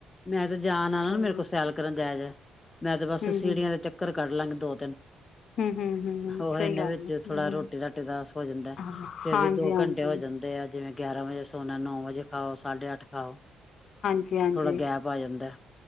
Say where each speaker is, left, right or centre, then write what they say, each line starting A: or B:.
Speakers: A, on the left (about 20°); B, on the left (about 60°).
A: ਮੈਂ ਤੇ ਜਾਣ ਆ ਨਾ
B: ਹਮ
A: ਮੇਰੇ ਕੋਲ ਸੈਲ ਕਰਨ ਨ ਜਾਇਆ ਜੇ ਮੈਂ ਤੇ ਬਸ
B: ਹਮ
A: ਸੀੜੀਆਂ ਦੇ ਚ ਚੱਕਰ ਕੱਢ ਲਾਗੀ ਦੋ ਤਿੰਨ।
B: ਹੂੰ, ਹੂੰ, ਹੂੰ, ਹੂੰ
A: ਹੋਰ
B: ਸਹੀ
A: ਇਹਨਾਂ
B: ਗੱਲ
A: ਵਿੱਚ
B: ਹੈ ਹੂੰ,
A: ਥੋੜਾ
B: ਹੂੰ
A: ਰੋਟੀ ਰਾਟੀ ਦਾ <inaudible> ਹੋ ਜਾਂਦਾ।
B: ਹਾਂ,
A: ਫੇਰ
B: ਹਾਂਜੀ,
A: ਵੀ ਦੋ
B: ਹਾਂਜੀ।
A: ਘੰਟੇ ਹੋ ਜਾਂਦੇ। ਤੇ ਆ ਜਿਵੇਂ ਗਿਆਰਾਂ ਵਜੇ ਸੋਨਾ ਨੌ ਵਜੇ ਖਾਓ, ਸਾਢੇ ਅੱਠ ਖਾਓ।
B: ਜੀ ਹਾਂਜੀ -ਹਾਂਜੀ,
A: ਥੋੜਾ ਗੈਪ ਆ ਜਾਂਦਾ